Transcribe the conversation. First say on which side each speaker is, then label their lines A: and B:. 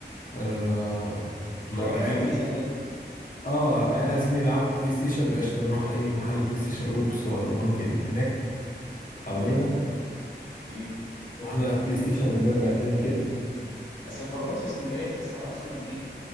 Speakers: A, on the left; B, on the left.
A: آه لو
B: الحاجات
A: العيال
B: الخفيفه دي
A: اه العيال عايزين يلعبوا بلاي ستيشن قشطة نروح أي محل بلاي ستيشن أوبس ولا مانكي اللي هناك حوالينا
B: امم
A: رحنا بلاي ستيشن ونرجع تاني كده
B: اصل الخروجات في اسكندريه تحسها اصلا ايه